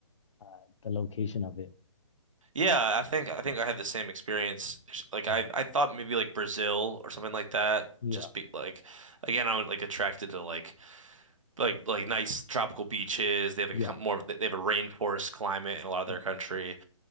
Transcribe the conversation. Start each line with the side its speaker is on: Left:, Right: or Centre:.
Left: uh, the location of it.
Right: Yeah, I think I think I had the same experience. Like I
Left: Uh,
Right: I thought maybe like Brazil or something like that.
Left: yeah.
Right: Just be like again I'm like attracted to like like like nice tropical beaches. They have like
Left: Yeah.
Right: a more they have a rainforest climate in a lot of their
Left: Mm.
Right: country.